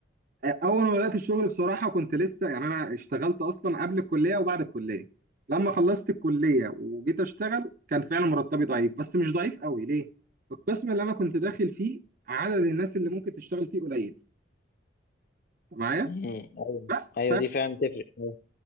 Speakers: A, on the right (about 45°); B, on the left (about 50°).
A: اول ما بدات الشغل بصراحه كنت لسه يعني انا اشتغلت اصلا قبل الكليه وبعد الكليه لما خلصت الكليه وجيت اشتغل كان فعلا مرتبي ضعيف بس مش ضعيف قوي ليه القسم اللي انا كنت داخل فيه عدد الناس اللي ممكن تشتغل فيه قليل أنت معايا
B: مم. ايوه
A: بس
B: ايوه دي فعلا تفرق أيوة.